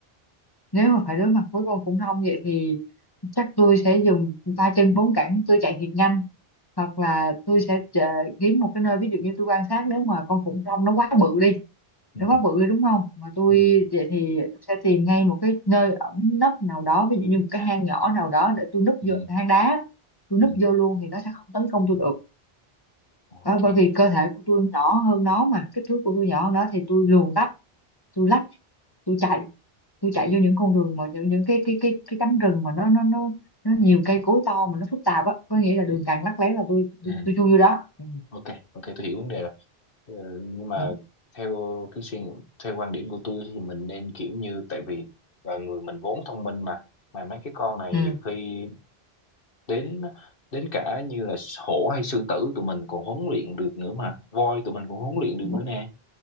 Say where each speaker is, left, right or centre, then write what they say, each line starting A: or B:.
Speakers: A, on the left (about 25°); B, on the left (about 60°).
A: nếu mà phải đối mặt với con khủng long vậy thì chắc tôi sẽ dùng ba chân bốn cẳng tôi chạy thiệt nhanh hoặc là tôi sẽ chờ, kiếm một cái nơi ví dụ như tôi quan sát nếu mà con khủng long nó quá bự đi
B: ừ
A: để quá bự đi đúng không mà tôi
B: ừ
A: vậy thì tôi sẽ tìm ngay một cái nơi ẩn nấp nào đó ví dụ như một cái hang nhỏ nào đó để tôi núp
B: ừ
A: vô hang đá tôi
B: ừ
A: núp vô luôn thì nó sẽ không tấn công tôi được
B: ok
A: Đó, bởi vì cơ thể của tôi nhỏ hơn nó mà kích thước của tôi nhỏ hơn nó thì tôi luồn lách tôi lách tôi chạy tôi chạy vô những con đường mà những, những cái cái cái cái cánh rừng mà nó nó nó nó nhiều cây cối to mà nó phức tạp á có nghĩa là đường
B: ừ
A: càng lắt léo là tôi
B: ừ.
A: tôi, tôi chui vô đó ừ.
B: ok ok tôi hiểu vấn đề rồi ờ, nhưng mà
A: Ừ.
B: theo cái suy theo quan điểm của tôi thì mình nên kiểu như tại vì là người mình vốn thông minh mà mà mấy cái con này
A: Ừ.
B: nhiều khi đến đến cả như là hổ hay sư tử tụi mình còn huấn luyện được nữa mà voi tụi mình còn huấn luyện được
A: Ừ.
B: nữa nè